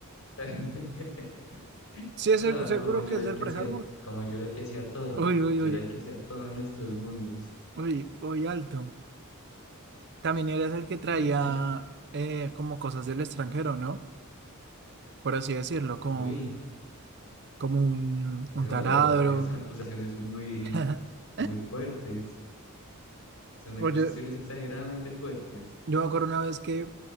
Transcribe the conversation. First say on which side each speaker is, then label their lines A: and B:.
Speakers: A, on the left; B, on the right.
A: <laughs>
B: Sí,
A: Claro,
B: es seg- seguro
A: como yo
B: que
A: era
B: es
A: el
B: del
A: que
B: pre-armor.
A: hacía, como yo era el que hacía todo.
B: Uy, uy,
A: Yo
B: uy,
A: era el que hacía todo en nuestros mundos.
B: uy, uy, alto. También eres el que traía
A: <laughs>
B: eh, como cosas del extranjero, ¿no? Por así decirlo, como,
A: Uy.
B: como un,
A: Eso,
B: un taladro.
A: esas son acusaciones muy,
B: <laughs>
A: muy fuertes. Son acusaciones
B: Oye,
A: exageradamente fuertes.
B: Yo me acuerdo una vez que